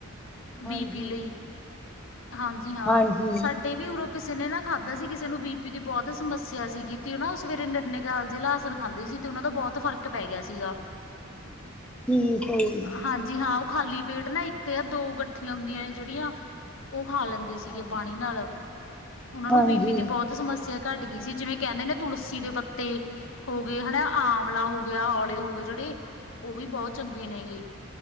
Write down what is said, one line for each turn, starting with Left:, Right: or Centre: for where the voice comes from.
Left: ਬੀ
Centre: ਹਾਂਜੀ,
Left: ਬੀ ਪੀ ਲਈ, ਹਾਂਜੀ ਹਾਂ
Centre: ਹਾਂਜੀ
Left: ਸਾਡੇ ਵੀ ਉਰੋਂ ਕਿਸੇਂ ਨੇ ਨਾ ਖਾਂਦਾ ਸੀ, ਕਿਸੇਂ ਨੂੰ ਬੀ ਪੀ ਦੀ ਬਹੁਤ ਬਹੁਤ ਸਮੱਸਿਆ ਸੀਗੀ, ਤੇ ਨਾ ਉਹ ਸਵੇਰੇ ਨਿਰਨੇ ਕਾਲਜੇ ਲਾਸਣ ਖਾਂਦੇ ਸੀ, ਤੇ ਉਹਨਾਂ ਦਾ ਬਹੁਤ ਫ਼ਰਕ ਪੈ ਗਿਆ ਸੀਗਾ
Centre: ਠੀਕ ਏਂ।
Left: ਹਾਂਜੀ ਹਾਂ ਉਹ ਖਾਲੀ ਪੇਟ ਨਾ ਇੱਕ ਜਾ ਦੋ ਗੱਡੀਆਂ ਹੁੰਦੀਆਂ ਨੇ ਜਿਹੜੀਆਂ ਉਹ ਖਾਂ ਲੈਂਦੇ ਸੀਗੇ
Centre: ਹਾਂਜੀ,
Left: ਪਾਣੀ ਨਾਲ, ਉਹਨਾਂ ਨੂੰ
Centre: ਹਾਂਜੀ,
Left: ਬੀ ਪੀ ਦੀ ਬਹੁਤ ਸਮੱਸਿਆ ਘੱਟ ਗੀ ਸੀ। ਜਿਵੇਂ ਕਹਿੰਦੇ ਨੇ ਤੁਲਸੀ ਦੇ ਪੱਤੇ ਹੋ ਗਏ ਹਨਾ, ਆਵਲਾ ਹੋ ਗਿਆ ਔਲੇ ਹੋ ਗਏ ਜਿਹੜੇ ਉਹ ਵੀ ਬਹੁਤ ਚੰਗੇ ਨੇ ਗੇ